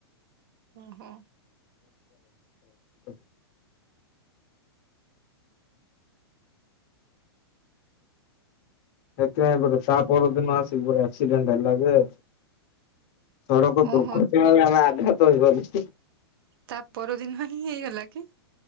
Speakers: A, on the right (about 60°); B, on the left (about 40°).
A: ଓହୋ
B: <unintelligible> ଏଥି ପାଇଁ ପରା ତା ପର ଦିନ ଆସିକିରି ଆକ୍ସିଡେଣ୍ଟ ହେଲାଯେ ସଡ଼କ
A: ଓହୋ
B: ଦୁର୍ଘଟଣା ରେ ଆମେ ଆଘାତ ହେଇଗଲୁ।
A: ତା ପରଦିନ ହିଁ ହେଇଗଲା କି?